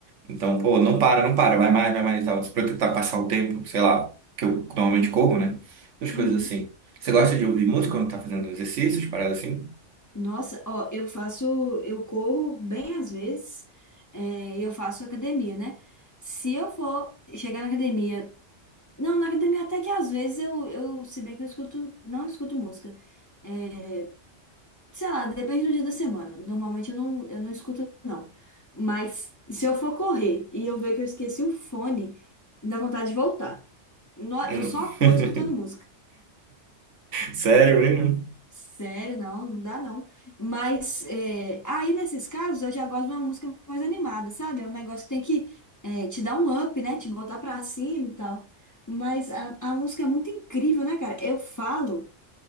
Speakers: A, on the right; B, on the left.
A: Então, pô, não para, não para, vai mais, vai mais e tal, pra eu tentar passar o tempo, sei lá, que eu normalmente corro, né? Essas
B: Uhum.
A: coisas assim. Você gosta de ouvir música quando tá fazendo exercícios, paradas assim?
B: Nossa, ó, eu faço, eu corro bem às vezes, é, e eu faço academia, né? Se eu for chegar na academia Não, na academia até que às vezes eu, eu, se bem que eu escuto, não escuto música. É, sei lá, depende do dia da semana. Normalmente eu não, eu não escuto, não. Mas se eu for correr e eu ver que eu esqueci o fone, dá vontade de voltar. No-
A: Hum.
B: Eu só corro
A: <laughs>
B: escutando música.
A: Sério mesmo?
B: Sério, não, não dá não. Mas é, aí nesses casos eu já gosto de uma música mais animada, sabe? É um negócio que tem que é, te dar um up, né? Te botar pra cima e tal. Mas a, a música é muito incrível, né, cara? Eu falo